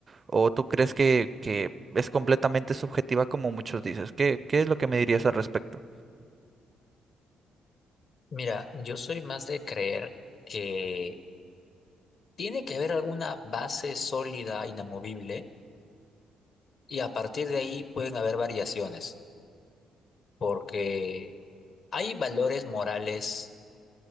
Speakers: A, on the right (about 35°); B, on the left (about 55°).
A: ¿O tú crees que, que es completamente subjetiva como muchos dices? ¿Qué, qué es lo que me dirías al respecto?
B: Mira, yo soy más de creer que tiene que haber alguna base sólida, inamovible, y a partir de ahí pueden haber variaciones, porque hay valores morales